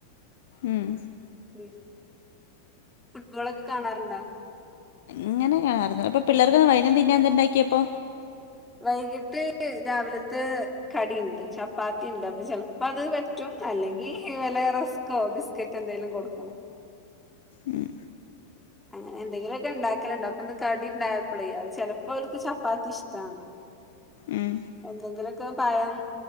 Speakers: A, on the left; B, in the centre.
A: ഉം
B: ഉം ഫുട്ബോളൊക്കെ കാണാറുണ്ടൊ
A: അങ്ങനെയായിരുന്നു അപ്പൊ പിള്ളേർക്ക് വൈന്നംതിന്നാ എന്തുണ്ടാക്കിയപ്പോ
B: വൈകിട്ട് രാവിലതെ കടി ണ്ട് ചപ്പാത്തി ണ്ട് ചെലപ്പോ അത് പറ്റും അല്ലെങ്കി വല്ല റസ്കോ ബിസ്ക്കറ്റ് ന്തെലും കൊടുക്കണം
A: ഉം
B: അങ്ങനെ എന്തെങ്കിലുമൊക്കെ ഉണ്ടാക്കലുണ്ട അപ്പൊന്ന് കടി ണ്ടായപ്പളെ അത് ചെലപ്പോ ഓരിക്ക് ചപ്പാത്തി ഇഷ്ട്ടാണ്
A: ഉം
B: <inaudible> എന്തെങ്കിലുക്കൊ പഴം